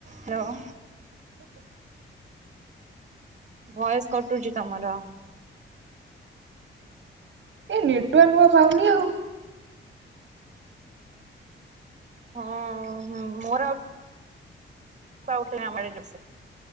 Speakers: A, on the right; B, on the right.
A: Hello. Voice କଟୁଚି ତମର।
B: ଏ ନେଟୱାର୍କ ବା ପାଉନି ଆଉ।
A: ହଁ ମୋର ଆଉ ର୍ଷା ଉଠେଇଲାଣି ଆମ ଆଡେ ଯେର ସେ।